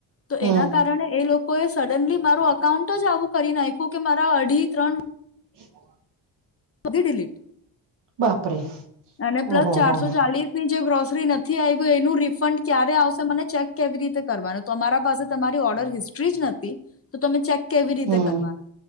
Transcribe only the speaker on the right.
હમ
હ <inaudible>
બાપરે
ઓહો
હો
હમ